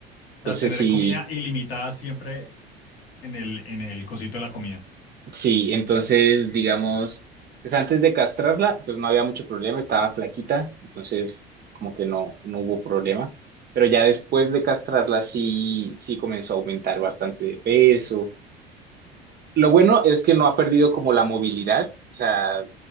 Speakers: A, on the right; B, on the left.
A: Entonces,
B: sea, tener
A: sí.
B: comida ilimitada siempre en el, en el cosito de la comida.
A: Sí, entonces, digamos, pues antes de castrarla, pues no había mucho problema, estaba flaquita, entonces como que no, no hubo problema. Pero ya después de castrarla, sí, sí comenzó a aumentar bastante de peso. Lo bueno es que no ha perdido como la movilidad, o sea,